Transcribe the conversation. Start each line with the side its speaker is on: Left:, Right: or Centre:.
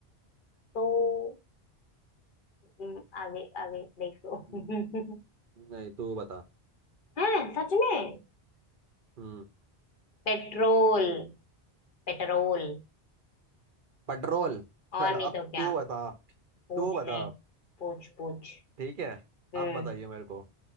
Left: तो हम्म, आगे आगे देख लो
Right: हम्म,
Left: <laughs>
Right: नहीं तू बता
Left: है सच में
Right: हम्म
Left: Petrol petrol
Right: पेट्रोल
Left: और
Right: चल
Left: नहीं
Right: अब
Left: तो क्या
Right: तू बता
Left: पूछ
Right: तू बता
Left: ले पूछ पूछ
Right: ठीक है
Left: हम्म
Right: अब बताइए मेरे को